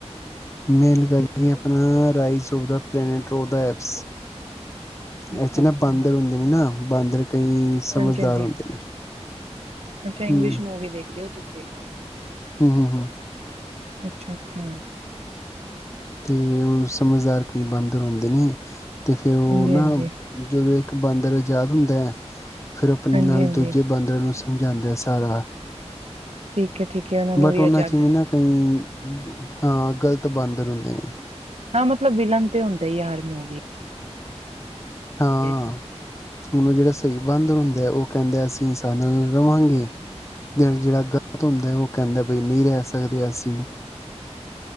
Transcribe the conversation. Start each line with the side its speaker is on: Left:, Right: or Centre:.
Left: ਮੈਂ ਲਗਾਈਏ ਆਪਣਾ ਰਾਈਜ਼ੋਵ ਦਾ ਪਲੈਨਟਰੋ ਦਾ ਐਪਸ
Right: ਅੱਛਾ-ਅੱਛਾ,
Left: ਇਦੇ ਚ ਨਾ ਬਾਂਦਰ ਹੁੰਦੇ ਨੇ ਨਾ ਬਾਂਦਰ ਕਈ ਸਮਝਦਾਰ
Right: ਹਾਂਜੀ-ਹਾਂਜੀ,
Left: ਹੁੰਦੇ ਨੇ।
Right: ਅੱਛਾ ਇੰਗਲਿਸ਼
Left: ਹੂੰ
Right: ਮੁ ਓਵੀ ਦੇਖਦੇ ਹੋ। ਤੁਸੀਂ ਹੀ ਕਹਿ ਦੋ
Left: ਹਮ, ਹਮ, ਹਮ
Right: ਅੱਛਾ, ਅੱਛਾ
Left: ਤੇ ਓ ਸਮਝਦਾਰ ਕਈ ਬਾਂਦਰ ਹੁੰਦੇ ਨੇ ਤੇ ਫੇਿ਼ਰ ਉਹ
Right: ਹਾਂਜੀ-ਹਾਂਜੀ,
Left: ਨਾ ਜਦੋਂ ਇੱਕ ਬਾਂਦਰ ਆਜ਼ਾਦ ਹੁੰਦਾ ਹੈ। ਫਿਰ ਆਪਣੇ
Right: ਹਾਂਜੀ-ਹਾਂਜੀ,
Left: ਨਾਲ ਦੂਜੇ ਬਾਂਦਰਾਂ ਨੂੰ ਸਮਝਾਉਂਦਾ ਸਾਰਾ।
Right: ਠੀਕ ਹੈ ਠੀਕ ਹੈ ਨੂੰ
Left: ਬਟ ਉਹਨਾਂ
Right: ਆਜ਼ਾਦ
Left: ਚ ਵੀ ਨਾ ਕਈ ਹਾਂ ਗ਼ਲਤ ਬਾਂਦਰ ਹੁੰਦੇ ਨੇ
Right: ਹਾਂ ਮਤਲਬ ਵਿਲਨ ਤੇ ਹੁੰਦਾ ਈ ਆ, ਹਰ ਮੂਵੀ
Left: ਹਾਂ,
Right: ਵਿੱਚ
Left: ਹੁਣ ਔ ਜੇੜਾ ਸ ਈ ਬਾਂਦ ਹੁੰਦੇ ਐ, ਔ ਕੈਂਦੇ ਅਸੀਂ ਸਾਨਵੇ ਰਵਾਂਗੀ। ਜਿਵੇਂ ਕਿ ਜੇੜਾ ਗ਼ਲਤ ਹੁੰਦੈ, ਔ ਕੈਂਦੇ ਬਈ ਨੀ ਰੈ ਸਕਦੇ ਅਸੀਂ।